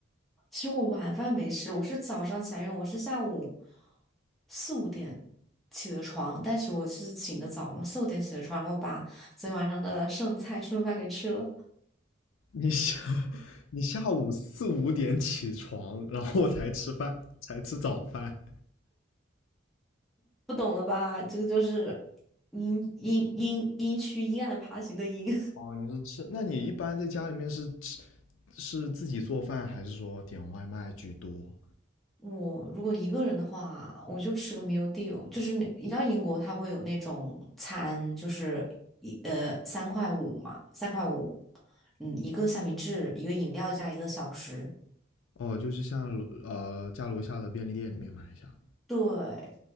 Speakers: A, in the centre; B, on the left.
A: 其实我晚饭没吃，我是早上起来，因为我是下午四五点起的床，但是我是醒的早嘛，四五点起的床，然后把昨天晚上的剩菜剩饭给吃了。
B: 你下，<laughs> 你下午四五点起床，然后才吃饭，才吃早饭。
A: 不懂了吧？这个就是阴阴阴阴区阴暗爬行的阴。
B: 哦，你是吃，那你一般在家里面是吃，是自己做饭，还是说点外卖居多？
A: 我如果一个人的话，我就吃个 meal deal，就是那你知道英国它会有那种餐，就是一呃三块五嘛，三块五，嗯，一个三明治，一个饮料加一个小食，
B: 哦，就是像呃家楼下的便利店里面买一下。
A: 对，